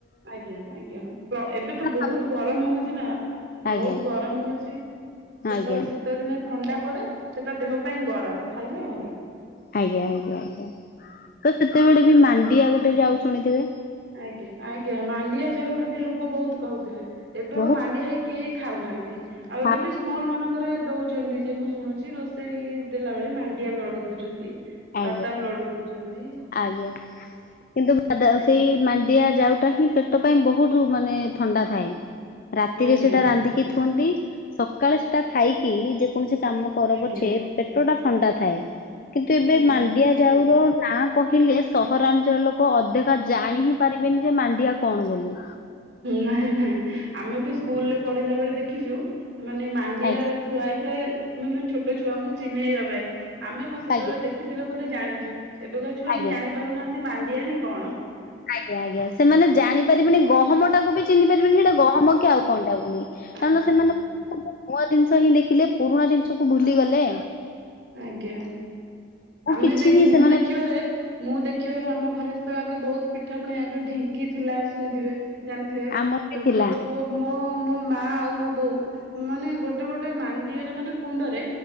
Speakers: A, on the right; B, on the left.
A: ଆଜ୍ଞା ଆଜ୍ଞା ପ୍ର ଏବେ ତ ବୋହୁତ
B: ଖା
A: ଗରମ ହୋଉଚି ନା।
B: ଆଜ୍ଞା
A: ବୋହୁତ ଗରମ ହୋଉଚି, ସେତେବେଳେ
B: ଆଜ୍ଞା
A: ଶୀତଦିନେ ତ ଥଣ୍ଡା ପଡେ ସେଟା ଦେହ ପାଇଁ ଗରମ ଖାଇଲେ ଭଲ।
B: ଆଜ୍ଞା ଆଜ୍ଞା ଆଜ୍ଞା ତ କେତେବେଳେ ବି ମାଣ୍ଡିଆ ଗୋଟେ ଯାଉ ଶୁଣିଥିବେ?
A: ଆଜ୍ଞା ଆଜ୍ଞା ମାଣ୍ଡିଆ ଯାଉ ଆଗେ ଲୋକ ବହୁତ ଖାଉଥିଲେ। ଏବେ
B: ବହୁତ
A: ଆଉ ମାଣ୍ଡିଆ ହେଇ କେହି ଖାଉନାହାନ୍ତି, ଆଉ
B: ଖା
A: ଏବେ ବି ସ୍କୁଲ ମାନଙ୍କରେ ଦଉ ଛନ୍ତି ଯେ ମୁଁ ଶୁଣୁଛି ରୋଷେଇ ଦେଲା ବେଳେ ମାଣ୍ଡିଆ ଲଡୁ ଦଉଛନ୍ତି।
B: ଆଜ୍ଞା
A: ବାଦାମ ଲଡୁ ଦଉଛନ୍ତି
B: ଆଜ୍ଞା କିନ୍ତୁ <unintelligible>
A: ଆଜ୍ଞା
B: ସେଇ ମାଣ୍ଡିଆଯାଉଟା ହିଁ ପେଟ ପାଇଁ ବହୁତ ମାନେ ଥଣ୍ଡା ଥାଏ। ରାତିରେ
A: ଆଜ୍ଞା
B: ସେଟା ରାନ୍ଧିକି ଥୁଅନ୍ତି, ସକାଳେ ସେଟା ଖାଇକି କୌଣସି କାମ କର
A: ଆଜ୍ଞା
B: ପଛେ, ପେଟ ଟା ଥଣ୍ଡା ଥାଏ କିନ୍ତୁ ଏବେ
A: ଆଜ୍ଞା।
B: ମାଣ୍ଡିଆ ଯାଉ ନାଁ କହିଲେ ସହରାଞ୍ଚଳ ଲୋକ ଅଧିକା ଜାଣି ହିଁ ପାରିବେନି ଯେ -ମାଣ୍ଡିଆ କଣ ବୋଲି।
A: ନାଇଁ ନାଇଁ ଆମେ ବି ସ୍କୁଲରେ ପଢିଲା ବେଳେ ଦେଖିଛୁ। ମାନେ ମାଣ୍ଡିଆ
B: ଆଜ୍ଞା
A: ଥୁଆ ହେଇଥାଏ, ମାନେ ଛୋଟ ଛୁଆଙ୍କୁ ଚିହ୍ନେଇବା ପାଇଁ। ଆମେ କଣ ସେତେବେଳେ
B: ଆଜ୍ଞା
A: ଦେଖିଥିଲେ ବୋଲି ଜାଣିଛୁ, ଏବେକା ଛୁଆ
B: ଆଜ୍ଞା।
A: ହିଁ ଜାଣି ପାରୁନାହାନ୍ତି ମାଣ୍ଡିଆ ହିଁ କଣ।
B: ଆଜ୍ଞା, ଆଜ୍ଞା, ସେମାନେ ଜାଣିପାରିବେନି
A: ଆଜ୍ଞା
B: ଗହମ ଟାକୁବି ଚିହ୍ନି ପାରିବେନି ସେଟା ଗହମ କି ଆଉ କଣଟା। କାରଣ
A: ଆଜ୍ଞା
B: ସେମାନେ
A: ଆଜ୍ଞା।
B: ନୂଆ ଜିନିଷ ହିଁ ଦେଖିଲେ ପୁରୁଣା ଜିନିଷକୁ ଭୁଲିଗଲେ।
A: ଆଜ୍ଞା ଆମେ
B: କିଛି ହିଁ
A: ମୁଁ
B: ସେମାନେ
A: ଦେଖିବାରେ ମୁଁ ମୁଁ ଦେଖିବାରେ, ଆମ ଘରେ ଆଗେ ବହୁତ ପିଠା ପଣା ଆଗେ ଢିଙ୍କି ଥିଲା ଶୁଣିଥିବେ, ଜାଣିଥିବେ,
B: ଆମର ବି
A: ଲୋକ
B: ଥିଲା
A: ମୋ ମୋ ମୋ ମା ଆଉ ମୋ ବୋଉ ମାନେ ଗୋଟେ ଗୋଟେ ମାଣ୍ଡିଆ ରେ ମାନେ କୁଣ୍ଡରେ